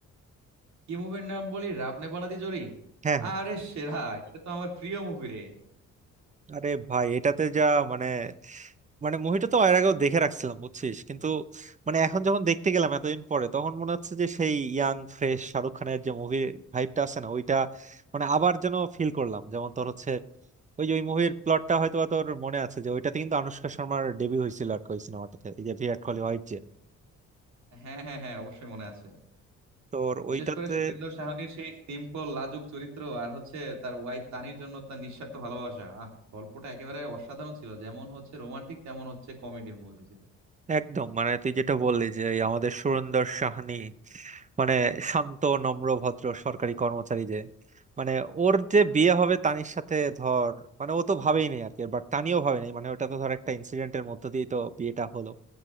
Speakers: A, on the right; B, on the right.
A: কি মুভির নাম বলি রাব নে বানাদি জোড়ি
B: হ্যাঁ হ্যাঁ
A: আরে সেরা এটা তো আমার প্রিয় মুভি রে
B: আরে ভাই এটাতে যা মানে মানে মুভিটা তো এর আগেও দেখে রাখছিলাম বুঝছিস কিন্তু মানে এখন যখন দেখতে গেলাম এতদিন পরে তখন মনে হচ্ছে যে সেই ইয়াং ফ্রেশ শাহরুখ খানের যে মুভির ভাইবটা আছে না ওইটা মানে আবার যেন ফিল করলাম যেমন তোর হচ্ছে ওই যে ওই মুভির প্লটটা হয়তো বা তোর মনে আছে যে ওইটাতে কিন্তু আনুষ্কা শর্মার ডেবিউ হয়েছিল আর কি ওই সিনেমাটাতে এই যে ভিরাট কোহলি ওয়াইফ যে
A: হ্যাঁ হ্যাঁ হ্যাঁ অবশ্যই মনে আছে
B: তোর ওইটাতে
A: বিশেষ করে সুরিন্দর সাহানির সেই সিম্পল লাজুক চরিত্র আর হচ্ছে তার ওয়াইফ তানির জন্য তার নিঃস্বার্থ ভালোবাসা আহ গল্পটা একেবারে অসাধারণ ছিল যেমন হচ্ছে রোমান্টিক তেমন হচ্ছে কমেডির মুভি ছিল
B: একদম মানে তুই যেটা বললি যে এই আমাদের সুরেন্দর সাহানি মানে শান্ত নম্র ভদ্র সরকারি কর্মচারী যে মানে ওর যে বিয়ে হবে তানির সাথে ধর মানে ও তো ভাবেই নেই আর কি বাট তানিও ভাবে নাই মানে ওটা তো ধর একটা ইনসিডেন্টের মধ্য দিয়ে তো বিয়েটা হলো